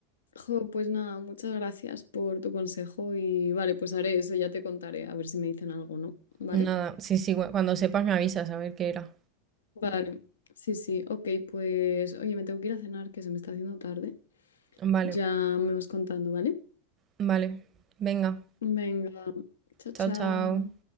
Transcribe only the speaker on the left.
Jo, pues nada, muchas gracias por tu consejo y vale, pues haré eso, ya te contaré, a ver si me dicen algo, ¿no? ¿Vale?
Vale, sí, sí, ok, pues oye, me tengo que ir a cenar, que se me está haciendo tarde.
Ya me vas contando, ¿vale?
Venga, chao,
chao.